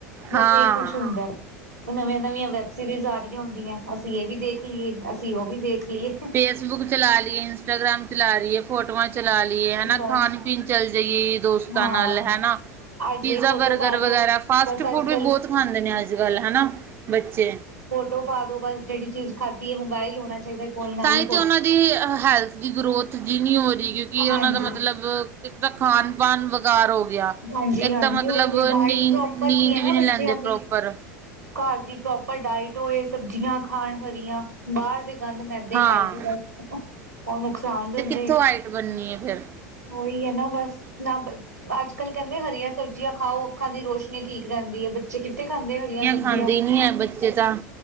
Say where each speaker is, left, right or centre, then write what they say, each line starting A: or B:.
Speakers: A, on the right; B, on the right.
A: ਬਸ
B: ਹਾਂ
A: ਇਹੀ ਕੁਛ ਹੁੰਦਾ। ਨਵੀਆਂ-ਨਵੀਆਂ ਵੈੱਬ ਸੀਰੀਜ਼ ਆ ਰਈਆਂ ਹੁੰਦੀਆਂ ਅਸੀਂ ਇਹ ਵੀ ਦੇਖ ਲਈਏ ਅਸੀਂ ਓ ਵੀ ਦੇਖ ਲਈਏ।
B: ਫੇਸਬੁੱਕ ਚਲਾ ਲਈਏ ਇੰਸਟਾਗ੍ਰਾਮ ਚਲਾ ਲਈਏ ਫੋਟੋਆਂ ਚਲਾ ਲਈਏ ਹਨਾ
A: ਬਸ
B: ਖਾਣ ਪੀਣ ਚੱਲ ਜਾਈਏ ਦੋਸਤਾਂ
A: ਹਾਂ
B: ਨਾਲ ਹਨਾ।
A: ਅੱਜ
B: ਪੀਜ਼ਾ
A: ਇਹ ਫੋਟੋ
B: ਬਰਗਰ
A: ਪਾ ਦੋ
B: ਵਗੈਰਾ ਫਾਸਟ
A: ਬਸ
B: ਫੂਡ
A: ਅੱਜ
B: ਵੀ
A: ਕੱਲ
B: ਬੋਤ ਖਾਂਦੇ ਨੇ ਅੱਜ ਕੱਲ ਹਨਾ ਬੱਚੇ
A: ਤੋ ਪਾ ਦੋ ਬਸ ਜੇੜੀ ਚੀਜ਼ ਖਾਧੀ ਹੈ ਮੋਬਾਇਲ ਹੋਣਾ ਚਾਈਦਾ ਕੋਈ ਨਾਲ
B: ਤਾਂ
A: ਈ।
B: ਹੀ ਤੇ ਉਹਨਾਂ ਦੀ ਹੈਲਥ ਦੀ ਗਰੋਥ ਜੀ ਨਈ ਹੋ ਰਈ ਕਿਉਂਕਿ
A: ਹਾਂਜੀ
B: ਉਹਨਾਂ ਦਾ ਮਤਲਬ ਇੱਕ ਤਾਂ ਖਾਣ ਵਣ ਵਗਾਰ ਹੋ ਗਿਆ
A: ਹਾਂਜੀ
B: ਇੱਕ
A: ਹਾਂਜੀ
B: ਤਾਂ ਮਤਲਬ
A: ਉਹੀ ਹੈ ਡਾਇਟ
B: ਨੀਂਦ-ਨੀਂਦ
A: ਪ੍ਰੋਪਰ ਨੀ ਹੈ ਨਾ
B: ਵੀ ਨਈ
A: ਬੱਚਿਆਂ
B: ਲੈਂਦੇ
A: ਦੀ
B: ਪ੍ਰੋਪਰ
A: ਘਰ ਦੀ ਪ੍ਰੋਪਰ ਡਾਇਟ ਹੋਏ ਸਬਜ਼ੀਆਂ ਖਾਣ ਹਰੀਆਂ ਬਾਰ ਦੇ ਗੰਦ ਮੈ ਦੇ
B: ਹਾਂ
A: ਖਾਈ ਚਲੋ ਤਾਂ ਓ ਨੁਕਸਾਨ ਦਿੰਦੇ
B: ਤੇ ਕਿੱਥੋਂ
A: ਆ।
B: ਹਾਈਟ ਬਣਨੀ ਹੈ ਫਿਰ
A: ਓਈ ਐ ਨਾ ਬਸ ਨਾ ਬ ਅੱਜ ਕੋਈ ਕੈਂਦੇ ਹਰੀਆਂ ਸਬਜ਼ੀਆਂ ਖਾਓ, ਅੱਖਾਂ ਦੀ ਰੋਸ਼ਨੀ ਠੀਕ ਰੈਂਦੀ ਐ। ਬੱਚ ਬੱਚੇ ਕਿੱਥੇ ਖਾਂਦੇ ਹਰੀਆਂ ਸਬਜ਼ੀਆਂ।
B: ਖਾਂਦੇ ਹੀ ਨੀ ਹੈ ਬੱਚੇ ਤਾਂ